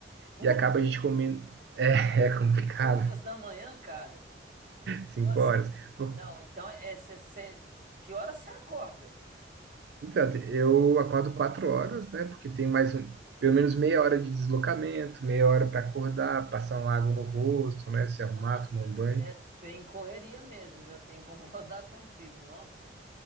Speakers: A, on the right; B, on the right.
A: Putz,
B: e acaba a gente comendo. É, <laughs> é complicado,
A: 5 horas da manhã, cara.
B: cinco
A: Nossa,
B: horas. Pô,
A: não, então é, é cê- cê- que hora você acorda?
B: Então, eu acordo 4 horas, né? Porque tem mais um, pelo menos meia hora de deslocamento, meia hora para acordar, passar uma água no rosto, né? Se arrumar,
A: Nossa,
B: tomar um banho.
A: é bem correria mesmo, viu? Eu tenho que <laughs> concordar contigo. Nossa,